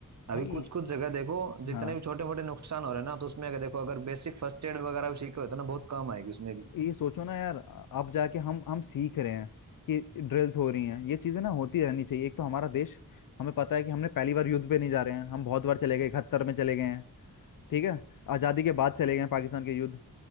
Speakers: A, on the left; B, on the right.
A: भाई
B: अभी कुछ कुछ जगह देखो
A: हाँ
B: जितने भी छोटे मोटे नुकसान हो रहे हैं ना तो उसमें अगर देखो अगर बेसिक फर्स्ट एड वगैरह भी सीखे हो तो ना बहुत काम आएगी उसमें भी
A: ये सोचो ना यार अ- अब जाके हम हम सीख रहे हैं कि ड्रिल्स हो रही हैं ये चीजें ना होती रहनी चाहिए एक तो हमारा देश हमें पता है कि हमने पहली बार युद्ध पे नहीं जा रहे हैं हम बहुत बार चले गए इकहत्तर में चले गए हैं ठीक है आज़ादी के बाद चले गए हैं पाकिस्तान के युद्ध